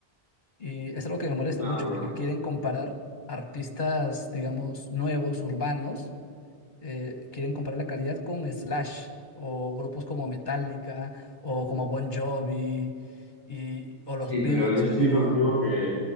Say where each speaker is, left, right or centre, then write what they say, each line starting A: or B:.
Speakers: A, on the left; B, on the left.
A: Y es algo que me molesta
B: Me
A: mucho
B: acuerdo.
A: porque quieren comparar artistas, digamos, nuevos, urbanos eh, quieren comparar la calidad con Slash o grupos como Metallica o como Bon Jovi y, o
B: Sí,
A: los
B: pero
A: Beatles.
B: yo estoy
A: Y yo digo,
B: contigo que